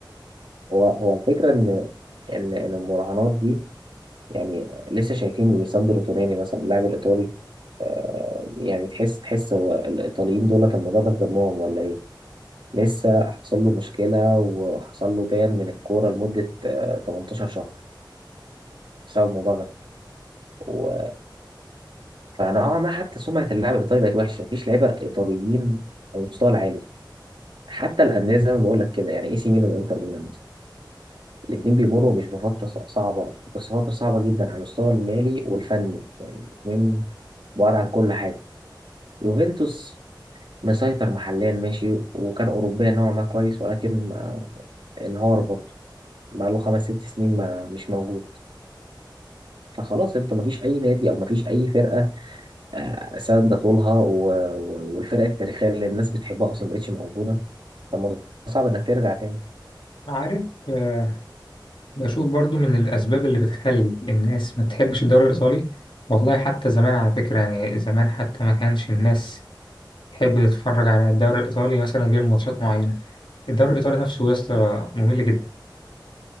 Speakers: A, on the right; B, on the left.
A: هو هو الفكره ان ان إن المراهنات دي يعني لسه شايفين ليساندرو توناني مثلا اللاعب الايطالي آه، يعني تحس تحس هو الايطاليين دولت الموضوع ده في دمهم ولا إيه؟ لسه حصل له مشكلة وحصل له بان من الكورة لمدة آه، 18 شهر بسبب الموضوع ده و... فنوعا ما حتى سمعة اللاعب الإيطالي بقت وحشة مفيش لعيبة إيطاليين على المستوى العالي حتى الأندية زي ما بقول لك كده يعني إي سي ميلان وإنتر ميلان مثلا الاتنين بيمروا مش بفترة ص- صعبة بس فترة صعبة جدا على المستوى المالي والفني يعني الاتنين بعاد عن كل حاجة يوفنتوس مسيطر محليا ماشي وكان أوروبيا نوعا ما كويس ولكن ما- انهار برضه بقاله خمس ست سنين ما مش موجود فخلاص انت مفيش اي نادي او مفيش اي فرقه آه، ساندة طولها و- و- والفرق التاريخيه اللي الناس بتحبها اصلا مبقتش موجوده فالموضوع صعب انك ترجع تاني
B: عارف آه، بشوف برضو من الأسباب اللي بتخلي الناس ما تحبش الدوري الإيطالي والله حتى زمان على فكرة يعني زمان حتى ما كانش الناس تحب تتفرج على الدوري الإيطالي مثلا غير ماتشات معينة الدوري الإيطالي نفسه يا اسطى ممل جدا